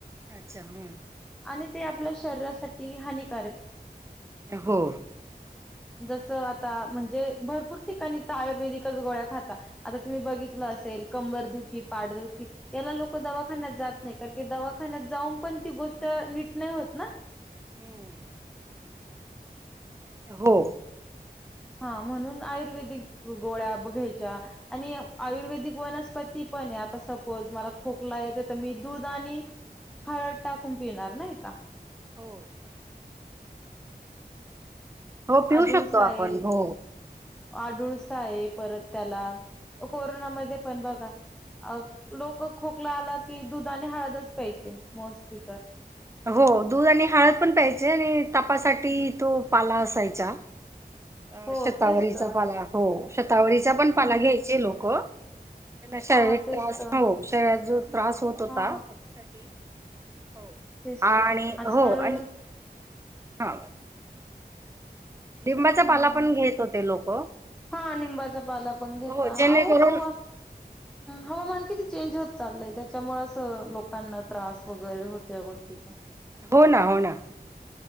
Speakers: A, on the right; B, in the centre.
A: अच्छा हम्म.
B: आणि ते आपल्या शरीरासाठी हानिकारक
A: हो.
B: जस आता म्हणजे भरपूर ठिकाणी आयुर्वेदिकच गोळ्या खाता आता तुम्ही बघितलं असेल कंबर दुःखी, पाट दुःखी याला लोक दवाखान्या जात नाही कारण की दवाखान्यात जाऊन पण ती गोष्ट नीट नाही होत ना?
A: हम्म. हो.
B: हा, म्हणून आयुर्वेदिक गोळ्या ब घ्यायच्या, आणि आयुर्वेदिक वनस्पती पण आहे. आता सपोज मला खोकला येतोय तर मी दूध आणि हळद टाकून पिणार नाही का?
A: हो हो पिऊ
B: आडूळसा
A: शकतो
B: आहे,
A: आपण हो
B: आडूळसा आहे, परत त्याला कोरोनामध्ये पण बघा अ लोक खोकला आला की दुध आणि हळदच प्यायची. मोस्टली तर.
A: हो दूध आणि हळद पण प्यायचे. आणि तपासाठी तो पाला असायचा. अ
B: हो
A: शतावरीचा
B: तेच तर
A: पाला, हो शतावरीचा
B: हम्म
A: पण पाला घ्यायचे लोक. त्यांना शारीरिक
B: हा तेच
A: त्रास
B: तर
A: हो शरीरात जो त्रास होत होता
B: हा
A: त्याच्यासाठी. हो
B: तेच
A: आणि
B: तर आजकाल
A: हो आणि हा लिंबाचा
B: हम्म
A: पाला पण घेत होते लोक
B: हा निंबाचा पाला पण घेता
A: हो जेणेकरून
B: अहो हवा हवामान किती चेंज होत चालय त्याच्यामुळे अस लोकांना त्रास वगैरे होत या गोष्टीचा
A: हो ना हो ना